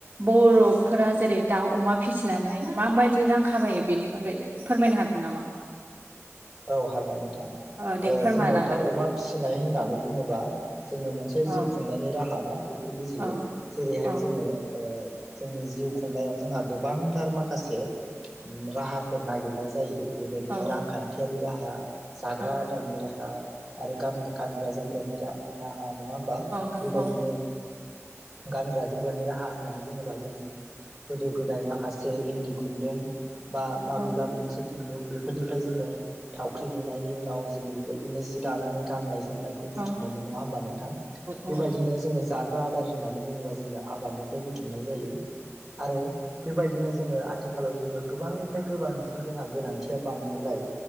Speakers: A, on the right; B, in the centre.
A: बर'फोरा जेरै दाउ अमा फिसिनानै माबायदि जे रां खामायो बेनि बागै फोरमायनो हागोन नामा?
B: औ हागोन नोंथां
A: औ दे
B: ओ
A: फोरमायलांलाय
B: जोङो दाउ अमा फिसिनाय होननानै बुङोबा जोङो मोनसे से
A: औ
B: जिउ खुंनायनि राहा ना बेखौ बुजियो
A: औ
B: जेरैहाय
A: औ
B: जोङो ओ जोंनि जिउ खुंनायाव जोंहा गोबांथार माखासे राहाफोर नागिरनाय जायो। बेबायदिनो
A: औ
B: रांखान्थियारि राहा जाग्रा
A: औ
B: आदारनि राहा आरो गानग्रा जोमग्रानि राहा नङा होमबा
A: औ
B: बेबायदिनो
A: औ
B: गानग्रा जोमग्रानि राहा होननानै बुङोबा जोङो गोदो गोदाय माखासे इन्दि खुन्दुं बा माबेबा
A: औ
B: मोनसे खुन्दुं बेफोरनिफ्राय जोङो थावख्रि लुनायनि उनाव जोङो बेबायदिनो जि दानानै गाननाय जोमनायखौ
A: औ
B: बुथुमोमोन नङा होनबा नोंथां
A: औ
B: बेबायदिनो जोङो जा ग्रा आदार होननानै बुङोबा जोङो आबादनिफ्राय बुथुमनाय जायो आरो बेबायदिनो ज जोङो आथिखालाव जोङो गोबांनिफ्राय गोबांसिन जोंहा गोनांथिया बांनायलाय